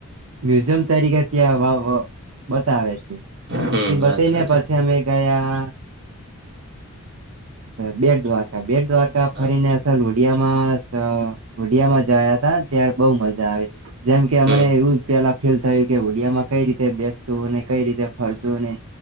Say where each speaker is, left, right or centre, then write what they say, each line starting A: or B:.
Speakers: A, on the right (about 70°); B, on the right (about 50°).
A: મ્યુઝિયમ <unintelligible> તરીકે ત્યાં વે છે
B: હમ
A: એ બતાને
B: વાત સાચી
A: પછી અમે ગયા બે દ <inaudible> બે દ્વારકા ફરીને
B: હા
A: અસલ લોઢિયા માં <unintelligible> લોુઢિયામાં જયા ત ત્યારે બઉુ મજા આવે જેમ કે અમને
B: હમ
A: એવું પેલા ફીલ થયું કે હુડિયા માં કઈ રીતે બેસતું ને કઈ રીતે ફરસું ને